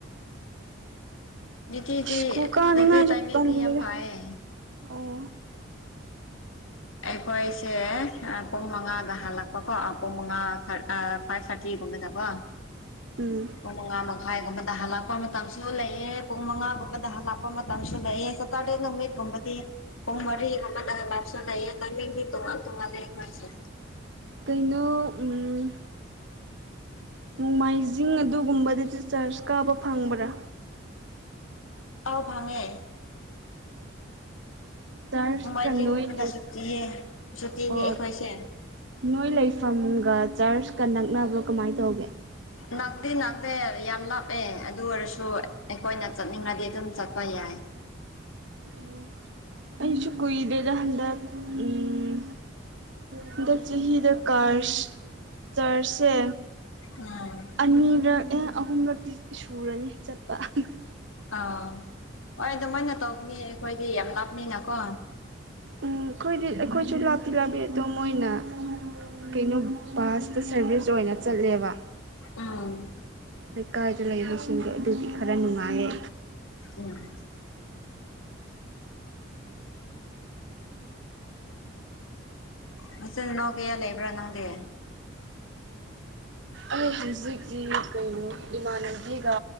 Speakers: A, on the left; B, on the right.
A: ꯎꯝ <unintelligible>
B: ꯁ꯭ꯀꯨꯜ ꯀꯥꯅꯤꯡꯉꯥꯏꯁꯨ
A: ꯇꯥꯝꯏꯃꯤꯡꯗꯤ
B: ꯇꯜꯂꯤꯗ
A: ꯌꯥꯝ ꯐꯌꯦ꯫
B: ꯑꯣ
A: ꯑꯩꯈꯣꯏꯁꯦ ꯄꯨꯡ ꯃꯉꯥꯗ ꯍꯜꯂꯛꯄꯀꯣ ꯄꯨꯡ ꯃꯉꯥ ꯈꯔ꯫ ꯑ ꯐꯥꯏꯕ ꯊꯔꯇꯤ ꯀꯨꯝꯕꯗꯒꯣ꯫
B: ꯎꯝ
A: ꯄꯨꯡ ꯃꯉꯥ ꯃꯈꯥꯏꯒꯨꯝꯕꯗ ꯍꯜꯂꯛꯄ ꯃꯇꯝꯁꯨ ꯂꯩꯑꯦ ꯄꯨꯡ ꯃꯉꯥꯒꯨꯝꯕꯗ ꯍꯜꯂꯛꯄ ꯃꯇꯝꯁꯨ ꯂꯩꯑꯦ꯫ ꯀꯔꯤ ꯅꯨꯃꯤꯠꯒꯨꯝꯕꯗꯤ ꯄꯨꯡ ꯃꯔꯤꯒꯨꯝꯕꯗ ꯂꯞꯁꯨ ꯂꯩ꯫ ꯇꯥꯏꯃꯤꯡꯗꯤ ꯇꯣꯉꯥꯟ ꯇꯣꯉꯥꯟ ꯂꯦ ꯑꯩꯈꯣꯏꯁꯦ꯫
B: ꯀꯩꯅꯣ ꯎꯝ ꯅꯣꯡꯃꯥꯏꯖꯤꯡ ꯑꯗꯨꯒꯨꯝꯕꯗ ꯗꯤꯆꯥꯔꯖ ꯀꯥꯕ ꯐꯪꯕ꯭ꯔꯥ꯫
A: ꯑꯥꯎ ꯐꯪꯉꯦ꯫
B: ꯆꯔꯆꯀ
A: ꯅꯣꯡꯃꯥꯏꯖꯤꯡꯗ
B: ꯅꯣꯏ ꯂꯩ
A: ꯁꯨꯇꯤꯌꯦ ꯁꯨꯇꯤꯅꯦ
B: ꯑꯣ
A: ꯑꯩꯈꯣꯏꯁꯦ꯫
B: ꯅꯣꯏ ꯂꯩꯐꯝꯒ ꯆꯔꯆꯀ ꯅꯛꯅꯕ꯭ꯔꯣ ꯀꯃꯥꯏ ꯇꯧꯒꯦ꯫
A: ꯅꯛꯇꯤ ꯅꯛꯇꯦ ꯌꯥꯝ ꯂꯥꯞꯑꯦ ꯑꯗꯨ ꯑꯣꯏꯔꯁꯨ ꯑꯩꯈꯣꯏꯅ ꯆꯠꯅꯤꯡꯉꯗꯤ ꯑꯗꯨꯝ ꯆꯠꯄ ꯌꯥꯏ꯫
B: ꯑꯣ ꯑꯩꯁꯨ ꯀꯨꯏꯗꯦꯗ ꯍꯟꯗꯛ ꯎꯝ ꯍꯟꯗꯛ ꯆꯍꯤꯗ ꯀꯔ ꯆꯥꯔꯖꯁꯦ
A: ꯎꯝ
B: ꯑꯅꯤꯔꯛ ꯑꯍꯨꯝꯂꯛꯇꯤ ꯁꯨꯔꯅꯤ ꯆꯠꯄ꯫ <unintelligible>
A: ꯑꯥ ꯍꯣꯏ ꯑꯗꯨꯃꯥꯏꯅ ꯇꯧꯕꯅꯤ ꯑꯈꯣꯏꯗꯤ ꯌꯥꯝ ꯂꯥꯞꯅꯤꯅꯀꯣ꯫
B: ꯎꯝ ꯑꯩꯈꯣꯏꯗꯤ ꯑꯩꯈꯣꯏꯁꯨ ꯂꯥꯞꯇꯤ ꯂꯥꯞꯄꯤ ꯑꯗꯣ ꯃꯣꯏꯅ ꯀꯩꯅꯣ ꯕꯥꯁꯇ ꯁꯔꯚꯤꯁ ꯑꯣꯏꯅ ꯆꯠꯂꯦꯕ꯫
A: ꯎꯝ
B: ꯂꯩꯀꯥꯏꯗ ꯂꯩꯕꯁꯤꯡꯗꯣ ꯑꯗꯨꯗꯤ ꯈꯔ ꯅꯨꯡꯉꯥꯏꯌꯦ꯫
A: ꯎꯝ ꯅꯆꯤꯟ ꯅꯅꯥꯎ ꯀꯌꯥ ꯂꯩꯕ꯭ꯔꯥ ꯅꯪꯗꯤ꯫
B: ꯑꯩ ꯍꯧꯖꯤꯛꯇꯤ ꯀꯩꯅꯣ ꯏꯃꯥꯟꯅꯕꯤꯒ